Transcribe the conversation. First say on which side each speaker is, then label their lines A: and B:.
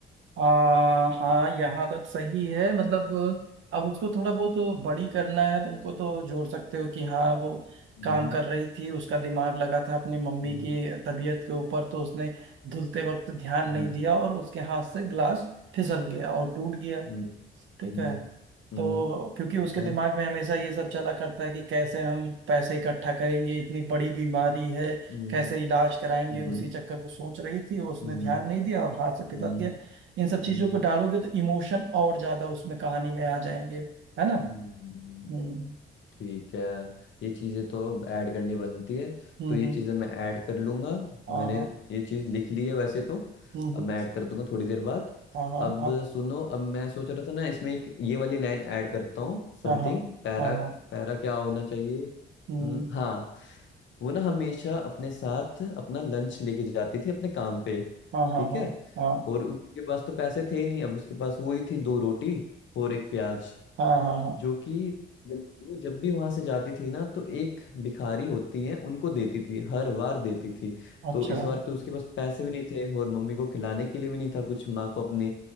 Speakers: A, on the right (about 75°); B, on the left (about 70°).
A: आ, हाँ यहाँ तक सही है मतलब अब उसको थोड़ा बहुत बड़ी करना है तुमको तो जोड़ सकते हो कि हाँ वो
B: हम्म
A: काम कर रही थी उसका दिमाग लगा था अपनी मम्मी
B: हम्म
A: की तबीयत के ऊपर तो उसने धुलते वक्त ध्यान
B: हम्म
A: नहीं दिया और उसके हाथ से ग्लास फिसल गया और टूट गया
B: हम्म
A: ठीक
B: हम्म
A: है
B: हम्म,
A: तो क्योंकि
B: ठीक
A: उसके
B: है
A: दिमाग में हमेशा ये सब चला करता है कि कैसे हम पैसे इकट्ठा करेंगे इतनी बड़ी बीमारी है
B: हम्म
A: कैसे इलाज कराएंगे
B: हम्म
A: उसी चक्कर को सोच रही थी उसने
B: हम्म
A: ध्यान नहीं दिया और हाथ से
B: हम्म
A: फिसल गया इन सब चीजों
B: हम्म
A: को डालोगे तो इमोशन और ज्यादा उसमें कहानी में आ जाएंगे है ना
B: हम्म, हम्म,
A: हम्म
B: ठीक है ये चीज़ें तो अब ऐड करनी बनती है
A: हम्म
B: तो ये
A: हम्म
B: चीज़ें मैं ऐड कर लूँगा
A: हाँ
B: मैंने
A: हाँ
B: ये चीज़ लिख ली है वैसे तो
A: हम्म
B: अब
A: हम्म,
B: मैं ऐड कर दूंगा थोड़ी देर बाद
A: हाँ हाँ
B: अब
A: हाँ
B: सुनो अब मैं सोच रहा था ना इसमें एक ये वाली लाइन ऐड करता हूँ समथिंग
A: हाँ हाँ
B: पैरा
A: हाँ हाँ,
B: पैरा क्या होना चाहिए
A: हम्म
B: हम्म, हाँ वो ना हमेशा अपने साथ अपना लंच लेके जाती थी अपने काम पे
A: हाँ हाँ
B: ठीक
A: हाँ
B: है
A: हाँ
B: और उसके पास तो पैसे थे नहीं अब उसके पास वही थी दो रोटी और एक प्याज
A: हाँ हाँ हाँ
B: जो कि जब वो जब भी वहां से जाती थी ना तो एक भिखारी होती है उनको देती थी हर बार देती थी
A: अच्छा
B: तो इस बार तो उसके पास पैसे भी नहीं थे और मम्मी को खिलाने के लिए भी नहीं था कुछ माँ को अपनी